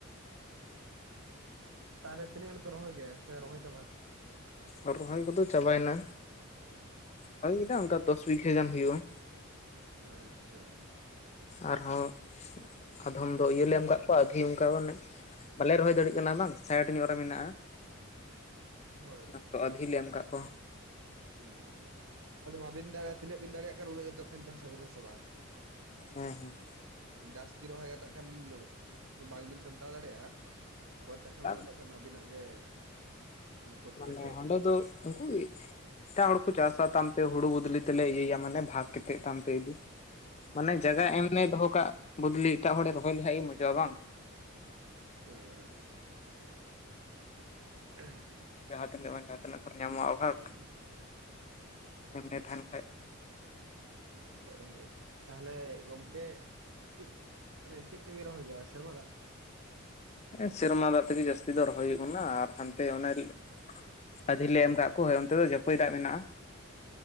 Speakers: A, on the right; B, on the left.
A: ᱛᱟᱦᱞᱮ ᱛᱤᱱᱟᱹᱜ ᱜᱟᱱ ᱯᱮ ᱨᱚᱦᱚᱭ ᱜᱮᱜ-ᱟ᱾ ᱥᱮ ᱨᱚᱦᱚᱭ ᱪᱟᱵᱟ?
B: ᱟᱨ ᱨᱚᱦᱚᱭ ᱠᱚᱫᱚ ᱪᱟᱵᱟᱭᱱᱟ, ᱵᱷᱟᱹᱜᱤ ᱠᱤᱫᱟ
A: ᱟᱪᱪᱷᱟ
B: ᱚᱱᱠᱟ
A: ᱟᱪᱪᱷᱟ
B: ᱫᱚᱥ ᱵᱤᱜᱷᱟᱹ ᱜᱟᱱ ᱦᱩᱭᱩᱜ-ᱟ᱾
A: ᱟᱪᱪᱷᱟ᱾
B: ᱟᱨᱦᱚᱸ ᱟᱫᱷᱚᱢ ᱫᱚ ᱤᱭᱟᱹ
A: ᱦᱩᱸ
B: ᱞᱮ ᱮᱢ ᱠᱟᱜ ᱠᱚᱣᱟ᱾ ᱟᱹᱫᱷᱤ ᱚᱱᱠᱟ ᱢᱟᱱᱮ ᱵᱟᱞᱮ ᱨᱚᱦᱚᱭ ᱫᱟᱹᱲᱤ ᱠᱟᱱᱟ ᱵᱟᱝ ᱥᱟᱭᱤᱰ ᱧᱚᱜ ᱨᱮ ᱢᱮᱱᱟᱜ-ᱟ᱾ᱟᱹᱫᱷᱤ
A: ᱦᱳᱭ
B: ᱞᱮ ᱮᱢ ᱠᱟᱫ ᱠᱚᱣᱟ ᱾ ᱠᱚᱦ᱾
A: ᱦᱩᱸ ᱟᱫᱚ ᱵᱟᱵᱤᱱ ᱫᱟᱲᱮᱭᱟ᱾ᱛᱤᱱᱟᱹᱜ ᱵᱤᱱ ᱫᱟᱲᱮᱭᱟᱜ ᱠᱟᱱᱟ ᱠᱷᱟᱱ ᱪᱟᱥ ᱟᱵᱤᱱᱟ ᱥᱮ ᱵᱟᱝ?
B: ᱦᱮᱸ ᱦᱮᱸ᱾
A: ᱡᱟᱹᱥᱛᱤ ᱨᱚᱦᱚᱭ ᱜᱷᱟᱴᱟᱜ ᱠᱷᱟᱱ ᱵᱟᱝᱵᱤᱱ ᱥᱟᱢᱴᱟᱣ ᱫᱟᱲᱮᱭᱟᱜ-ᱟ᱾ ᱯᱚᱨᱮ ᱛᱮ ᱠᱷᱟᱱ
B: ᱵᱟᱝ
A: ᱚᱱᱟ ᱫᱚ ᱠᱷᱟᱱ ᱟᱹᱵᱤᱱᱟᱜ ᱜᱮ᱾ ᱠᱷᱚᱛᱤᱜᱼᱟ
B: ᱢᱟᱱᱮ
A: ᱥᱮ
B: ᱦᱟᱸᱰᱮ ᱫᱚ ᱩᱱᱠᱩᱭᱤᱡ? ᱮᱴᱟᱜ ᱦᱚᱲ ᱠᱚ ᱪᱟᱥᱟ ᱛᱟᱢᱛᱮ ᱦᱩᱲᱩ ᱵᱚᱫᱽᱞᱤ ᱛᱮᱞᱮ ᱤᱭᱟᱹᱭᱟ ᱢᱟᱱᱮ ᱵᱷᱟᱜ ᱠᱟᱛᱮᱫ ᱛᱟᱢᱛᱮ ᱤᱫᱤ ᱾ ᱢᱟᱱᱮ ᱡᱟᱭᱜᱟ
A: ᱟᱪᱪᱷᱟ ᱟᱪᱪᱷᱟ
B: ᱮᱢᱱᱮ
A: ᱟᱪᱪᱷᱟ
B: ᱫᱚᱦᱚ ᱠᱟᱜ ᱵᱚᱫᱽᱞᱤ ᱮᱴᱟᱜ ᱦᱚᱲᱮ ᱨᱚᱦᱚᱭ ᱞᱮᱠᱷᱟᱱᱡ ᱜᱮ ᱢᱚᱡᱚᱜ-ᱟ ᱵᱟᱝ?
A: ᱦᱮᱸ ᱟᱪᱪᱷᱟ ᱟᱪᱪᱷᱟ᱾ ᱮᱸᱦ᱾
B: ᱡᱟᱦᱟᱸ ᱛᱤᱱᱟᱹᱜ ᱵᱟᱝ ᱡᱟᱦᱟᱸ ᱛᱤᱱᱟᱹᱜ <unintelligible> ᱧᱟᱢᱚᱜ-ᱟ, ᱵᱷᱟᱟᱜ
A: ᱦᱩᱸ
B: ᱮᱢᱱᱮ ᱛᱟᱦᱮᱱ ᱠᱷᱟᱡ᱾
A: ᱦᱳᱭ ᱦᱳᱭ ᱛᱟᱦᱞᱮ ᱜᱚᱝᱠᱮ ᱪᱮᱫ ᱢᱟᱱᱮ ᱪᱮᱫ ᱛᱮᱵᱤᱱ ᱨᱚᱦᱚᱭ ᱠᱟᱜ-ᱟ, ᱥᱮᱨᱢᱟ ᱫᱟᱜ?
B: ᱦᱮᱸ ᱥᱮᱨᱢᱟ ᱫᱟᱜ ᱛᱮᱜᱮ ᱡᱟᱹᱥᱛᱤ ᱫᱚ ᱨᱚᱦᱚᱭ ᱦᱩᱭᱩᱜ ᱠᱟᱱᱟ ᱟᱨ ᱦᱟᱱᱛᱮ ᱚᱱᱮ ᱨᱤᱡ ᱟᱹᱫᱷᱤ ᱞᱮ ᱮᱢ ᱠᱟᱜ ᱠᱚ ᱦᱳᱭ ᱚᱱᱛᱮ ᱫᱚ ᱡᱟᱹᱯᱟᱹᱭ ᱫᱟᱜ ᱢᱮᱱᱟᱜ-ᱟ᱾